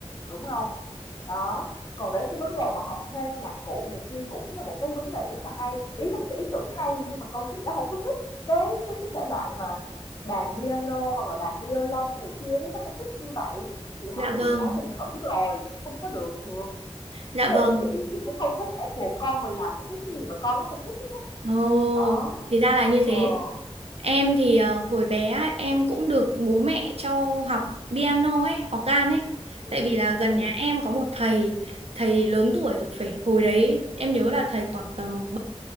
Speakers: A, on the left; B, on the right.
A: đúng không đó còn đến cái vấn đề mà học thêm nhạc cụ này kia cũng là một cái vấn đề rất là hay ý là một cái ý tưởng hay nhưng mà con chị nó không có thích cái cái cái thể loại mà đàn piano hoặc là đàn violon này kia đấy nó không thích như vậy chị họ
B: dạ vâng,
A: chị đã từng thử rồi không có được thường
B: dạ
A: thế với
B: vâng.
A: lại chị chị cũng không thích ép buộc con mình làm một cái cái gì mà con nó không thích hết đó
B: Ồ,
A: đó
B: thì ra là như
A: ờ
B: thế. Em thì ờ, hồi bé á, em cũng được bố mẹ cho học piano ấy, organ ấy.
A: ừ
B: Tại vì là gần
A: ừ
B: nhà em có một thầy, thầy lớn tuổi rồi phải hồi đấy em nhớ là thầy khoảng tầm